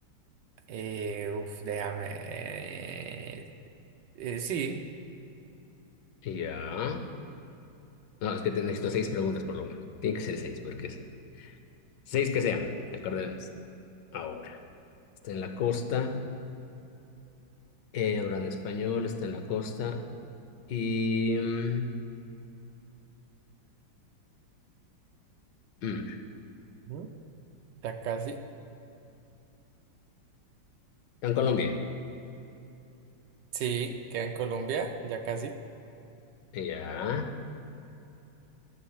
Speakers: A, on the right; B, on the left.
A: Eh, uf, déjame. eh, sí,
B: ya. No, es que te- necesito seis preguntas por lo menos. Tiene que ser seis, porque es- seis que sean, acordaremos. Ahora, está en la costa, eh, hablan español, está en la costa y... mm, mm,
A: Ujú. ya casi.
B: está en Colombia.
A: Sí, queda en Colombia, ya casi.
B: Ya.